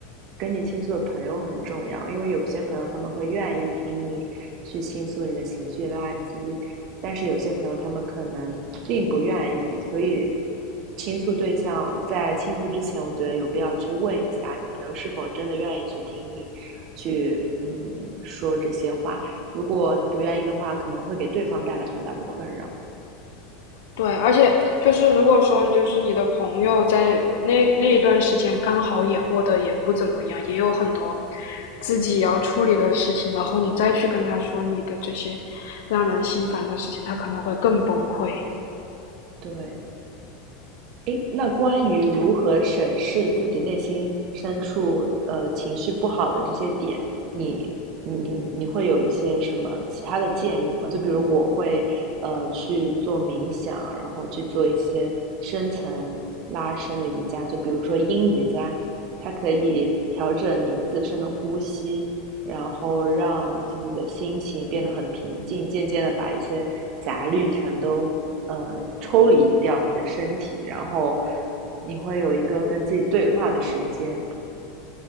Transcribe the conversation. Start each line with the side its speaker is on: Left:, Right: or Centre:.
Right: 跟你倾诉的朋友很重要，因为有些朋友他们会愿意听你去倾诉你的情绪垃圾，但是有些朋友他们可能并不愿意，所以倾诉对象在倾诉之前，我觉得有必要去问一下你的朋友是否真的愿意去听你去嗯说这些话，如果不愿意的话，可能会给对方带来很大的困扰。
Left: 对，而且就是如果说就是你的朋友在那那一段时间刚好也过得也不怎么样，也有很多自己要处理的事情，然后你再去跟他说你的这些让人心烦的事情，他可能会更崩溃。
Right: 对，诶，那关于如何审视自己内心深处，呃，情绪不好的这些点，你你你你会有一些什么其他的建议吗？就比如我会呃去做冥想，然后去做一些深层拉伸的瑜伽，就比如说阴瑜伽，它可以调整你自身的呼吸，然后让自己的心情变得很平静，渐渐的把一些杂虑全都呃抽离掉你的身体，然后你会有一个跟自己对话的时间。